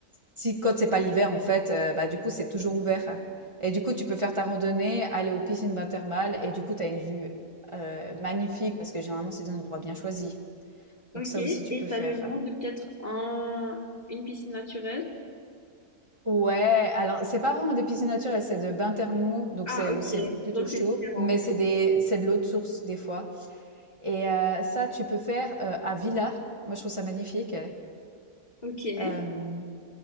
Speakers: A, on the right; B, on the left.
A: si quand c'est pas l'hiver, en fait, heu, bah, du coup, c'est toujours ouvert et du coup, tu peux faire ta randonnée, aller aux piscines bains thermales et du coup, tu as une vue, heu, magnifique parce que généralement, c'est des endroits bien choisis. Donc
B: ok.
A: ça
B: Et
A: aussi, tu peux faire.
B: t'as le nom
A: euh,
B: de peut-être un, une piscine naturelle?
A: Ouais, alors c'est pas vraiment des piscines naturelles, c'est de bains thermaux, donc
B: Ah,
A: c'est
B: ok,
A: où c'est plutôt
B: donc
A: chaud,
B: c'est différent.
A: mais c'est des c'est de l'eau de source des fois. Et euh, ça, tu peux faire euh, à Villars. Moi, je trouve ça magnifique.
B: Ok,
A: Euh,